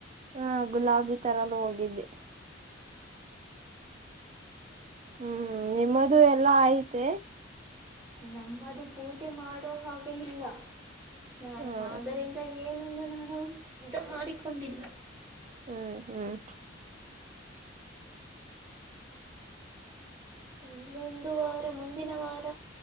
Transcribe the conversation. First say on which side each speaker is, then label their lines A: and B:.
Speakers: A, on the right; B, on the right.
A: ಹಾ ಗುಲಾಬಿ ತರಲು ಹೋಗಿದ್ದೆ
B: ಹ ಹ
A: ಹ್ಮ್ ನಿಮ್ಮದು ಎಲ್ಲಾ ಆಯಿತೇ
B: ನಮ್ಮದು ಪೂಜೆ ಮಾಡೋ ಹಾಗೆ ಇಲ್ಲ ನಾಳೆ
A: ಹ್ಮ್
B: ಆದ್ದರಿಂದ ಏನು ನ್ನು ನಾನು ಸಿದ್ಧ ಮಾಡಿಕೊಂಡಿಲ್ಲ
A: ಹ್ಮ್ ಹ್ಮ್
B: ಇನ್ನೊಂದು ವಾರ ಮುಂದಿನ ವಾರ